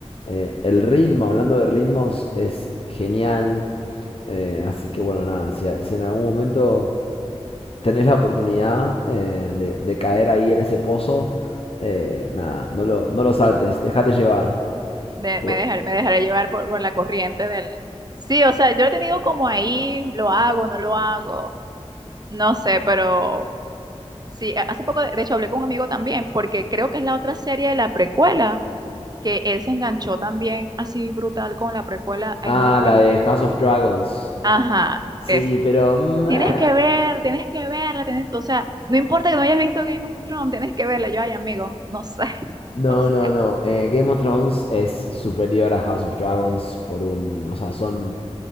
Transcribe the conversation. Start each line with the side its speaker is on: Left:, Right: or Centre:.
Left: eh, el ritmo, hablando de ritmos, es genial. eh, así que bueno, nada, si, si en algún momento tenés la oportunidad eh, de, de caer ahí en ese pozo, eh, nada, no lo, no lo saltes, déjate llevar.
Right: de-
Left: Por-
Right: me dejaré, me dejaré llevar por, por la corriente del... Sí, o sea, yo he tenido como ahí, lo hago, no lo hago, no sé, pero sí, a- hace poco, de de hecho, hablé con un amigo también, porque creo que es la otra serie de la precuela, que él se enganchó también así brutal con la precuela, ay,
Left: Ah,
Right: no recuerdo.
Left: la de House of Dragons.
Right: Ajá,
Left: Sí,
Right: eso.
Left: pero... mm,
Right: Tienes
Left: eh,
Right: que ver, tienes que verla, tienes, o sea, no importa que no hayas visto Game of Thrones, tienes que verla. Yo, ay, amigo, no sé, <laughs>
Left: No,
Right: no lo sé.
Left: no, no. eh, Game of Thrones es superior a House of Dragons por un... O sea, son...